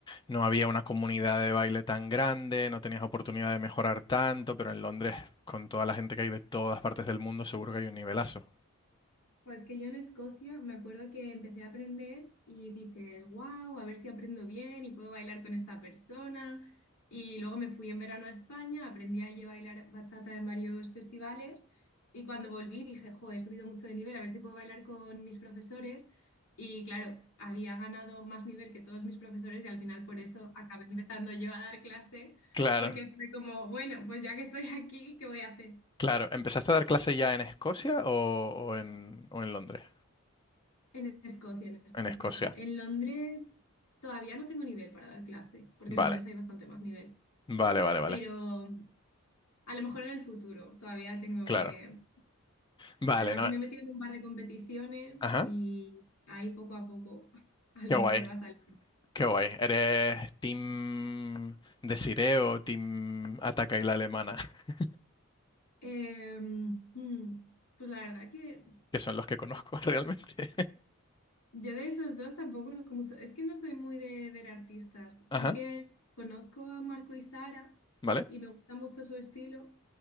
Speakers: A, on the left; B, on the left.
A: no había una comunidad de baile tan grande, no tenías oportunidad de mejorar tanto, pero en Londres, con toda la gente que hay de todas partes del mundo, seguro que hay un nivelazo.
B: Pues que yo en Escocia me acuerdo que empecé a aprender y dices, wow, a ver si aprendo bien y puedo bailar con esta persona. Y luego me fui en verano a España, aprendí allí a bailar bachata en varios festivales y cuando volví dije, jo, he subido mucho de nivel, a ver si puedo bailar con mis profesores. Y claro, había ganado más nivel que todos mis profesores y al final por eso acabé empezando yo a dar clase
A: Claro,
B: porque fue como, bueno, pues ya que estoy aquí, ¿qué voy a hacer?
A: claro. ¿Empezaste a dar clase ya en Escocia o, o en, o en Londres?
B: En Escocia, en Escocia.
A: En Escocia.
B: En Londres todavía no tengo nivel para dar clase, porque
A: Vale,
B: en Londres hay bastante más nivel.
A: vale, vale, vale.
B: Pero a lo mejor en el futuro todavía tengo
A: Claro.
B: que...
A: Vale,
B: La verdad
A: no.
B: que me he metido en un par de competiciones
A: Ajá.
B: y ahí poco a poco <laughs> a lo
A: Qué
B: mejor
A: guay.
B: va a salir.
A: Qué guay. ¿Eres Team Desiree o Team Ataca y la Alemana? <laughs>
B: Em, hmm, pues la verdad que
A: Que son los que conozco <laughs> realmente.
B: Yo de esos dos tampoco conozco mucho. Es que no soy muy de ver artistas. Sí
A: Ajá,
B: que conozco a Marco y Sara
A: ¿vale?
B: y me gusta mucho su estilo,